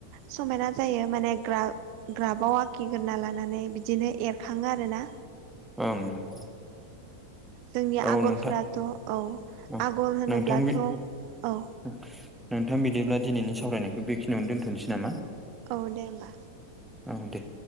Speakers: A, on the right; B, in the centre.
A: समायना जायो माने ग्रा ग्राबाव आखिग्रोना लानानै बिदिनो एरखाङो आरो ना।
B: ओं नंगौ
A: जोंनि
B: औ
A: आगरफोराथ'
B: नोंथां
A: औ
B: ओं
A: आगर होनोब्लाथ'
B: नोंथां
A: औ
B: नोंथां बिदिब्ला दिनैनि सावरायनायखौ बेखिनियावनो दोनथ'नोसै नामा?
A: औ दे होमबा।
B: औ दे।